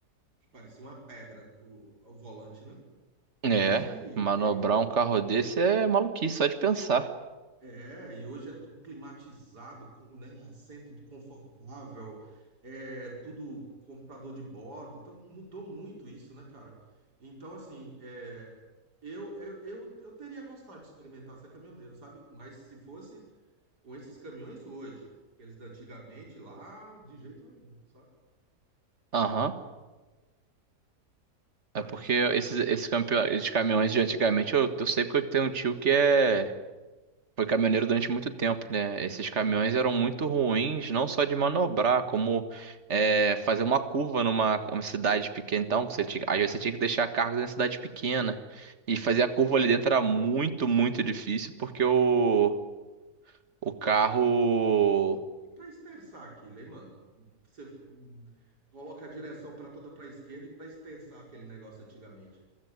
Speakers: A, on the right (about 90°); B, on the right (about 45°).
A: que parecia uma pedra, o, o volante, né?
B: É,
A: Hoje
B: manobrar
A: é
B: um carro desse é maluquice, só de pensar.
A: É, e hoje é tudo climatizado, com, né? Assento confortável, é tudo computador de bordo. Então mudou muito isso, né, cara? Então, assim, é, eu, eu, eu, eu teria gostado de experimentar ser caminhoneiro, sabe? Mas se fosse com esses caminhões hoje, aqueles de antigamente lá, de jeito nenhum, sabe?
B: Aham.
A: Mas,
B: É porque esses, esses, campeões, esses caminhões de antigamente, eu, eu sei porque eu tenho um tio que é. foi caminhoneiro durante muito tempo, né? Esses caminhões
A: uhum,
B: eram muito ruins, não só de manobrar, como é, fazer uma curva numa uma cidade pequena. Então, você
A: isso.
B: tinha, às vezes você tinha que deixar cargas na cidade pequena. E fazer a curva ali dentro era muito, muito difícil, porque o, o carro.
A: E para esterçar aquilo, hein, mano? Você hum, coloca a direção para toda para a esquerda e para esterçar aquele negócio antigamente.